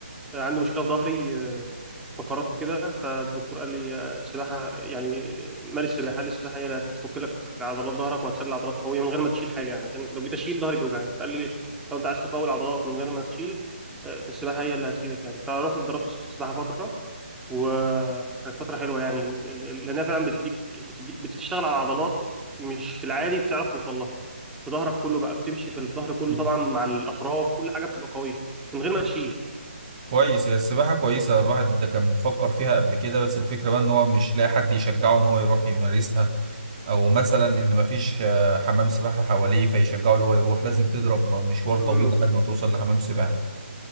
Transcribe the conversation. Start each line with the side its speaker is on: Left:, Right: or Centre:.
Centre: آه، عندي مشكله في ظهري آه، فقرات وكده فالدكتور قال لي آه، السباحه يعني آه، مارس السباحه قال لي السباحه هي اللي هتفك لك عضلات ظهرك وهتخلي العضلات قويه من غير ما تشيل حاجه يعني عشان لو جيت اشيل ظهري بيوجعني فقال لي لو انت عايز تقوي العضلات من غير ما تشيل آه، فالسباحه هي اللي هتفيدك يعني فرحت اتدربت سباحه فتره وكانت فترة حلوة يعني ال- ال- لأنها فعلا بتديك بتديك بتشتغل على عضلات مش في العادي بتعرف توصل لها في ظهرك كله بقى بتمشي في الظهر كله
Right: مم.
Centre: طبعا مع الأطراف كل حاجة بتبقى قوية من غير ما تشيل
Right: كويس هي السباحة كويسة الواحد ده كان مفكر فيها قبل كده بس الفكرة بقى ان هو مش لاقي حد يشجعه ان هو يروح يمارسها او مثلا ان مفيش آه، حمام سباحة حواليه فيشجعه ان هو يروح لازم تضرب مشوار
Centre: امم
Right: طويل لحد ما توصل لحمام سباحة